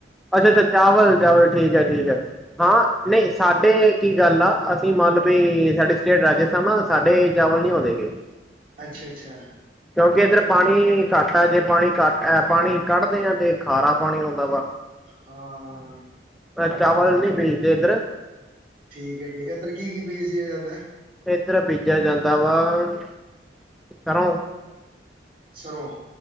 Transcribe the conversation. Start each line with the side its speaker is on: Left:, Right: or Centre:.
Centre: ਅੱਛਾ-ਅੱਛਾ, ਚਾਵਲ-ਚਾਵਲ ਠੀਕ ਹੈ-ਠੀਕ ਹੈ ਹਾਂ ਨਈ ਸਾਡੇ ਕੀ ਗੱਲ ਆ, ਅਸੀਂ ਮੰਨ ਵੇ ਸਾਡੇ ਸਟੇਟ ਰਾਜਸਥਾਨ ਆ ਸਾਡੇ ਚਾਵਲ ਨੀ ਹੋਨੇ ਗੇ।
Right: ਅੱਛਾ-ਅੱਛਾ।
Centre: ਕਿਉਂਕਿ ਇੱਧਰ ਪਾਨੀ ਘੱਟ ਹੈ ਜੇ ਪਾਨੀ ਕੱਟ ਹੈ, ਪਾਨੀ ਕੱਢਦੇ ਹਾਂ ਤੇ ਖਾਰਾ ਪਾਨੀ ਆਉਂਦਾ ਵਾ।
Right: ਹਾਂ।
Centre: ਏ ਚਾਵਲ ਨੀ ਬੀਜਦੇ ਏਧਰ।
Right: ਠੀਕ ਐ-ਠੀਕ ਐ ਏਧਰ ਕੀ-ਕੀ ਬੀਜਆ ਜਾਂਦਾ?
Centre: ਏਧਰ ਬੀਜਿਆ ਜਾਂਦਾ ਵਾ ਸਰੋ।
Right: ਸਰੋਂ